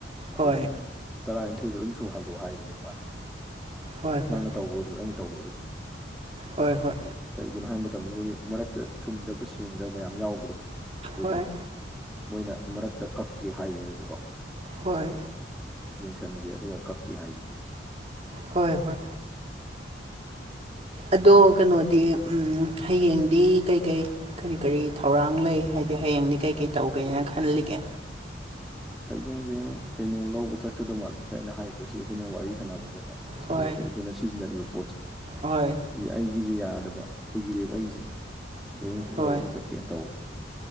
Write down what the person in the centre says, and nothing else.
ꯑꯗꯨꯒꯤꯗ ꯇꯔꯥꯅꯤꯊꯣꯏꯗꯣ ꯑꯗꯨꯝ ꯁꯨꯍꯜꯂꯣ ꯍꯥꯏꯕꯅꯦ ꯃꯥꯅ ꯍꯥꯏꯖꯦ
ꯅꯪꯅ
ꯇꯧꯕ ꯑꯣꯏꯔꯖꯨ ꯑꯩꯅ ꯇꯧꯕ ꯑꯣꯏꯔꯒꯖꯨ
ꯀꯩꯒꯤꯅꯣ ꯍꯥꯏꯕ ꯃꯇꯝꯗ ꯑꯩꯈꯣꯏꯗꯤ ꯃꯔꯛꯇ ꯆꯨꯝꯗꯕ ꯁꯦꯡꯗꯕ ꯃꯌꯥꯝ ꯌꯥꯎꯕꯗꯣ ꯑꯗꯨꯗꯣ
ꯃꯣꯏꯅ ꯃꯔꯛꯇ ꯀꯛꯀꯦ ꯍꯥꯏꯌꯦꯕꯀꯣ
ꯌꯦꯡꯁꯟꯒꯦ ꯑꯗꯨꯒ ꯀꯛꯀꯦ ꯍꯥꯏ
ꯍꯌꯦꯡꯖꯦ ꯀꯩꯅꯣ ꯂꯧꯕ ꯆꯠꯀꯗꯧ ꯃꯥꯜꯂꯦ ꯉꯁꯥꯏ ꯑꯩꯅ ꯍꯥꯏꯕꯗꯣ ꯁꯤ ꯑꯩꯈꯣꯏꯅ ꯋꯥꯔꯤ ꯁꯥꯟꯅꯕ ꯑꯩꯈꯣꯏꯅ ꯁꯤꯗ
ꯍꯧꯖꯤꯛ ꯑꯩꯈꯣꯏꯅ ꯁꯤꯖꯤꯟꯅꯔꯤꯕ ꯄꯣꯠꯁꯦ
ꯁꯤꯖꯦ ꯑꯩꯒꯤꯖꯦ ꯌꯥꯗꯕ ꯀꯨꯏꯔꯦꯕ ꯑꯩꯖꯦ ꯂꯣꯌꯦꯡꯖꯦ
ꯂꯧꯕ ꯆꯠꯀꯦꯅ ꯇꯧꯕ